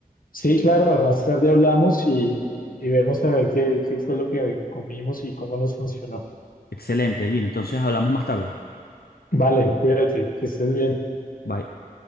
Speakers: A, on the left (about 65°); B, on the left (about 80°).
A: Sí, claro, más tarde hablamos y, y vemos a ver qué, qué fue lo que comimos y cómo nos funcionó.
B: Excelente, Gino. Entonces hablamos más tarde.
A: Vale, cuídate, que estés bien.
B: Bye.